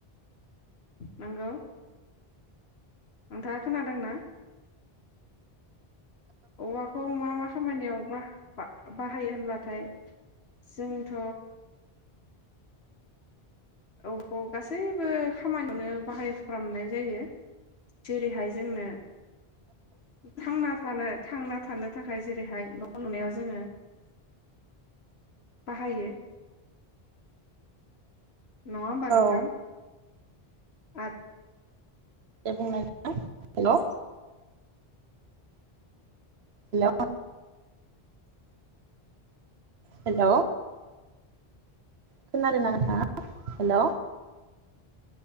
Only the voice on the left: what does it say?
नंगौ। नोंथाङा खोनादोंना औवाखौ मा- मा खामानियाव बाहाय। बाहायो होनब्लाथाय जोंथ'। औवा खौ गासैबो खामानियावनो बाहायफ्रामनाय जायो जेरैहाय जोंनो। थांना। थानो थांना थानो थाखाय जेरैहाय न' लुनायाव जोङो बाहायो। नङा होमबा नोंथां।
आरो